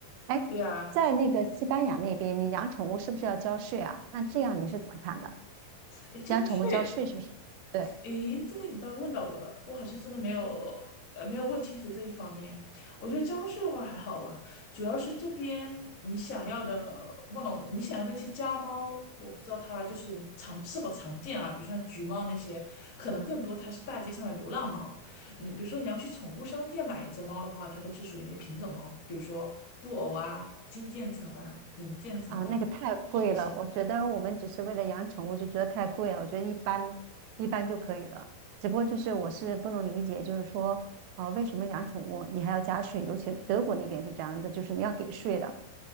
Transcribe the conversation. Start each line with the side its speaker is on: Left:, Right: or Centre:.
Right: 哎，
Left: 对啊，
Right: 在那个西班牙那边，你养宠物是不是要交税啊？那这样你是怎么看的？
Left: 哎，交税
Right: 养宠物交税是不是？对
Left: 诶，这个你倒问到我了，我好像真的没有，呃，没有问清楚这一方面。我觉得教室的话还好吧，主要是这边你想要的，问了我，你想要那些家猫，我不知道它就是常是否常见啊，比如说像橘猫那些，可能更多它是大街上的流浪猫。你比如说你要去宠物商店买一只猫的话，它都是属于那品种猫，比如说布偶啊、金渐层啊、银渐层啊，
Right: 啊，那个太贵了，
Left: 是那些，
Right: 我觉得我们只是为了养宠物就觉得太贵了，我觉得一般一般就可以了。只不过就是我是不能理解，就是说呃，为什么养宠物你还要加税？尤其德国那边是这样的，就是你要给税的。